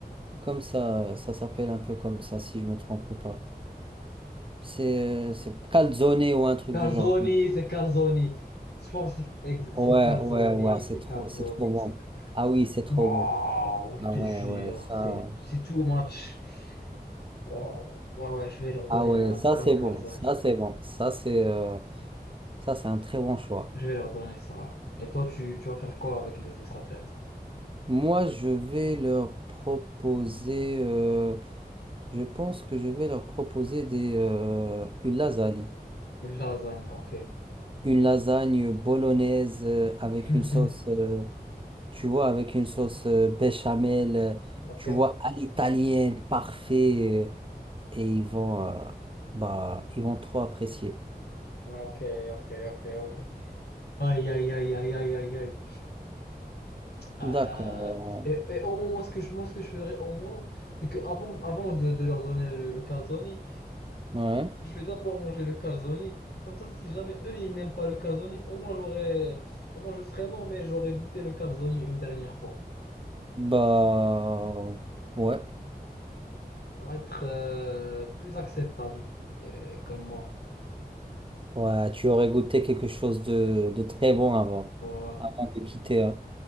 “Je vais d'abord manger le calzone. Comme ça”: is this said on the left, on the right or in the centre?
Left